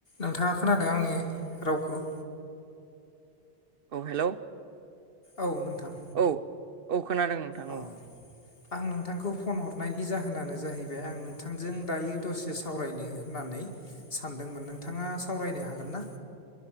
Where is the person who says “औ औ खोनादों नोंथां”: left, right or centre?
Right